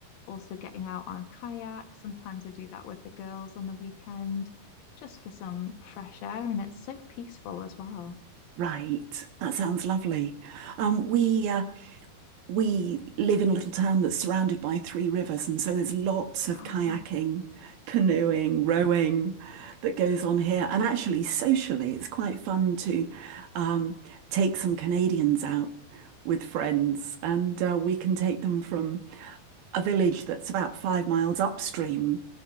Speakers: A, on the left; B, on the right.
A: also getting out on a kayak. Sometimes I do that with the girls on the weekend, just for some fresh air, and it's so peaceful as well.
B: Right. That sounds lovely. Um, we uh, we live in a little town that's surrounded by three rivers, and so there's lots of
A: Wow,
B: kayaking, canoeing, rowing that goes on here. And actually, socially, it's quite fun to um, take some Canadians out with friends, and uh, we can take them from a village that's about five miles upstream,